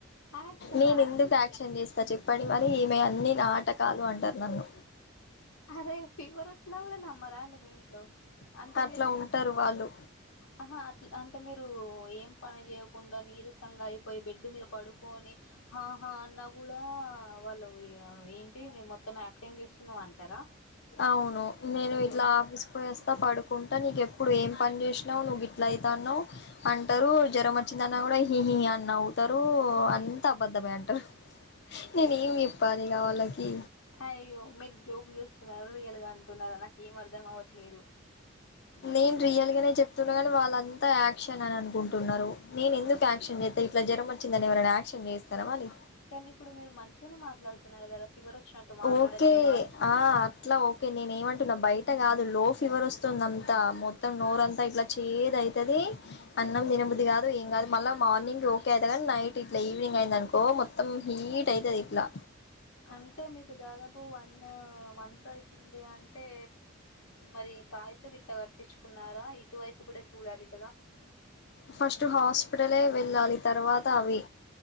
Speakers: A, on the left; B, on the left.
A: యాక్షనా
B: నేను ఎందుకు యాక్షన్ జేస్తా చెప్పండి మరీ ఈమే అన్ని నాటకాలు అంటారు నన్ను
A: అరే ఫీవర్ వచ్చినా గూడ నమ్మరాండి మీ ఇంట్లో అంటే
B: అట్లా
A: మీరు
B: ఉంటారు వాళ్ళు
A: ఆహా అట్లా అంటే మీరు ఏం పని జేయకుండా నీరసం సంగా అయిపోయి బెడ్ మీద పడుకొని ఆహా అన్నా గూడ వాళ్లు ఏంటి నేన్ మొత్తం యాక్టింగ్ జేస్త నో అంటారా
B: అవును నేను ఇట్లా ఆఫీస్ పోయే అస్తా పడుకుంటా నీకేప్పుడు ఏం పని జేసినావు నువ్వు గిట్ లైతానవ్ అంటారు జరం వచ్చిందన్న గూడ ఇహి ఇహి అన్ నవు తారు అంత అబద్ధమే అంటారు నేను ఏమి జేప్పాలి ఇగ వాళ్లకి
A: హాయ్యో మీరు జోక్ జేస్తున్నారా రియల్ గా అంటున్నారా నాకు ఏం అర్ధం అవట్లేదు
B: నేను రియల్ గానే జేప్తున్నా గానీ వాళ్ళంతా యాక్షన్ అననుకుంటున్నారు నేను ఎందుకు యాక్షన్ జేత్త ఇట్లా జ్వరం వచ్చిందని ఎవరైనా యాక్షన్ జేస్తారా మరీ
A: కానీ ఇప్పుడు మీరు మంచిగానే మాట్లాడుతున్నారు గదా ఫివర్ వచ్చినట్టు మాట్లాడట్లేగా
B: ఓకే ఆ అట్లా ఓకే నేను ఏవటున్నా బయట గాదు లో ఫీవర్ వస్తుంది అంతా మొత్తం నోరంతా ఇట్లా చేద్యాయితది అన్నం దినబుద్ది గాదు ఏం గాదు మళ్లా మార్నింగ్ ఓకే అయిత గానీ నైట్ ఇబ్ ఇట్లా ఈవినింగ్ అయిందనుకో మొత్తం హీట్ అయితది ఇట్లా
A: అంటే మీకు దాదాపు వన్ వంత మంత్ అయితుంది అంటే మరీ తాయిత్తు గిట్ట కట్టించుకున్నారా ఇటువైపు గూడ చూడాలి కదా
B: ఫస్ట్ హాస్పిటలే వెళ్లాలి తర్వాత అవి